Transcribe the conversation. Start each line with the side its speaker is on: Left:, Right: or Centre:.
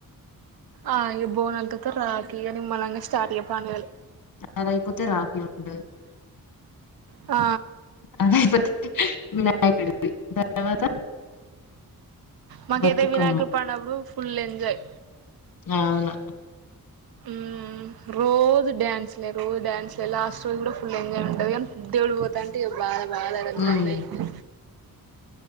Right: ఆ ఇగ బోనాల్ త త రాఖీ ఇగ నిమ్మలంగ స్టార్ట్ ఇగ పండుగలు
Left: అదయిపోతే రాఖీ ఉండదు
Right: ఆ
Left: అదైపోతే వినాయకుడుది దాని తర్వాత
Right: మాకైతే
Left: బతుకమ్మ
Right: వినాయకుడు పండప్పుడు ఫుల్ ఎంజాయ్
Left: గావున
Right: ఉమ్ రోజు డాన్స్లే రోజు డాన్స్లే లాస్ట్ రోజు కూడా ఫుల్ ఎంజాయ్ ఉంటది గాని దేవుడు పో తాంటే బాద బాద రంగురంగయితయ్
Left: ఉమ్.